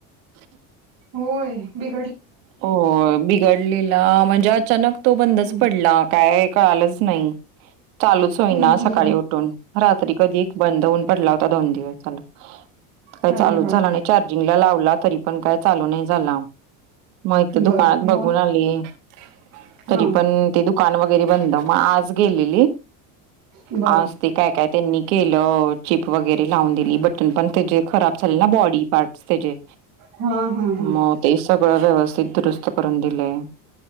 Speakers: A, on the right (about 75°); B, on the right (about 50°).
A: <inaudible>
B: होय बी
A: हो बिघडलेला, म्हणजे अचानक तो बंदच
B: हम्म
A: पडला. काय कळालंच नाही. चालूच होईना
B: हम्म
A: सकाळी उठून, रात्री कधी बंद होऊन पडला आता दोन दिवस झालं.
B: हम्
A: काय
B: अरे
A: चालूच
B: बापरे
A: झाला नाही चार्जिंगला लावला तरीपण काय चालू नाही झाला. मग इथ दुकानात
B: बर
A: बघून
B: मग
A: आली
B: हा
A: तरी पण ते दुकान वगैरे बंद. मग आज गेलेले
B: बर
A: आज ते काय काय त्यांनी केलं. चिप वगैरे लावून दिली बटन पण त्याचे खराब झाले ना बॉडी. पार्टस त्याजे.
B: हा हा हा
A: मग ते सगळं व्यवस्थित दुरुस्त करून दिलंय.